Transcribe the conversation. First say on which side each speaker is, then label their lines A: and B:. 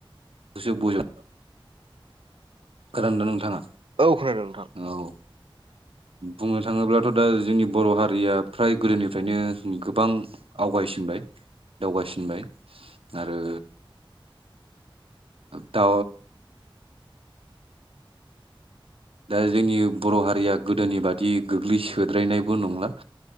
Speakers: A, on the right; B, on the right.
A: गोसो बहायला खोनादोंना नोंथाङा
B: औ खोनादों नोंथां?
A: औ बुंनो थाङोब्लाथ' दा जोंनि बर' हारिया फ्राय गोदोनिफ्रायनो गोबां आवगायसिनबाय दावगासिनबाय आरो दा दा जोंनि बर' हारिया गोदोनि बादि गोग्लैसोद्रायनायबो नंला